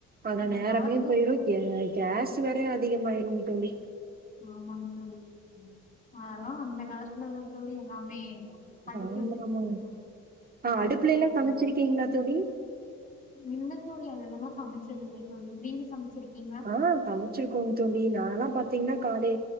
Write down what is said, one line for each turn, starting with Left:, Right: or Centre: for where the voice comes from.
Right: அதா
Left: இந்த
Right: நேரமே
Left: காலத்துல
Right: போயிரு கே கேஸ் வேற அதிகமாயிரும் தோழி
Left: ஆமாங்க தோழி அதல்லா அந்த காலத்துலதா தோழி எல்லா மே அடுப்புல
Right: ஆமா
Left: செஞ்சுட்ருந்தோ
Right: ஆமாங்க ஆ
Left: சட்டி
Right: அடுப்புலல்லா
Left: வச்சு
Right: சமைச்சிருக்கீங்களா தோழி
Left: இல்ல தோழி அதுலதா சமச்சதில்ல தோழி நீங்க சமைச்சிருக்கீங்களா
Right: ஆ சமச்சிருக்கோங் தோழி நாங்கல்லா பாத்தீங்னா காலே